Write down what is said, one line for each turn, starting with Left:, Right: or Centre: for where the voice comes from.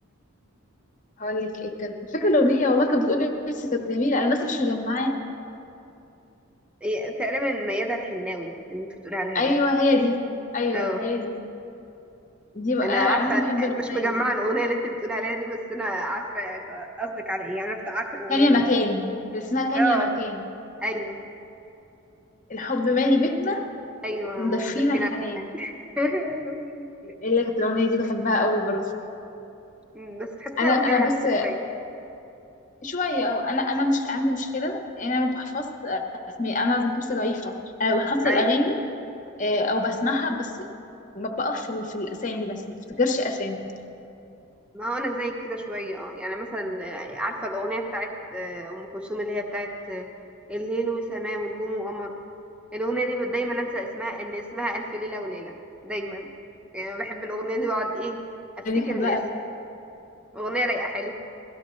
Left: هقول لك ايه كان فاكره الاغنيه والله كانت بتقول نفسي كانت جميله انا بس مش مجمعاها
Centre: إيه، تقريبا ميادة الحناوي اللي انت بتقولي عليها
Left: ايوه
Centre: دي
Left: هي دي ايوه
Centre: اه
Left: هي دي دي بقى
Centre: انا
Left: انا
Centre: عارفه
Left: عامه بحب الاغنيه
Centre: مش مجمعه
Left: دي
Centre: الاغنيه اللي انت بتقولي عليها دي بس انا عارفه انت قصدك على ايه يعني انا بت- عارفه الاغنيه
Left: كان يا مكان
Centre: دي
Left: اللي اسمها كان
Centre: اه
Left: يا مكان
Centre: ايوه
Left: الحب مالي بيتنا
Centre: ايوه
Left: ومدفينا
Centre: ومدفنه
Left: الحنان
Centre: كمان <laughs> ايوه أيوة، الأغنية دي.
Left: اللي كانت الاغنيه دي بحبها قوي برضه
Centre: أمم، بس تحسها
Left: انا
Centre: اغنيه
Left: انا
Centre: حزينه
Left: بس
Centre: شويه
Left: شويه اه انا انا مش عندي مشكله انا ما بحفظش اسماء انا ذاكرتي ضعيفه انا بحفظ
Centre: ايوه
Left: الاغاني آه، او بسمعها بس ما بقف في في الاسامي بس ما بفتكرش اسامي
Centre: ما هو انا زيك كده شويه اه يعني مثلا آه، عارفه الاغنيه بتاعت آه، ام كلثوم اللي هي بتاعت آه، الليل وسماه ونجومه وقمره الاغنيه دي دايما انسى اسمها ان اسمها الف ليله وليله دايما يعني بحب الاغنيه دي واقعد ايه افتكر
Left: دي بحبها
Centre: الاسم
Left: قوي
Centre: اغنيه رايقه حلوه